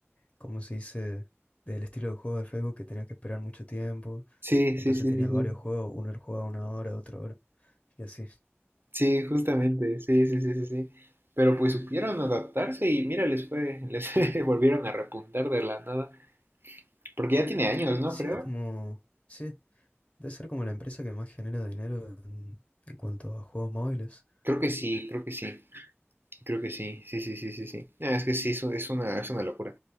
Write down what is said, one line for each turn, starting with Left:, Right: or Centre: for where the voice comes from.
Left: ¿cómo se dice? Del estilo de juego de Facebook que tenías que esperar mucho tiempo.
Right: Sí,
Left: Entonces
Right: sí, sí,
Left: tenías
Right: sí, sí.
Left: varios juegos, uno lo jugaba una hora, otro hora, y así.
Right: Sí, justamente, sí, sí, sí, sí, sí. Pero pues supieron adaptarse y mira, les fue, les <laughs> volvieron a repuntar de la nada. Porque ya tiene años, ¿no?
Left: Sí,
Right: Creo.
Left: es como, sí, debe ser como la empresa que más genera dinero en, en cuanto a juegos móviles.
Right: Creo que sí, creo que sí, creo que sí, sí, sí, sí, sí, sí. Ah, es que sí, es un- es una, es una locura.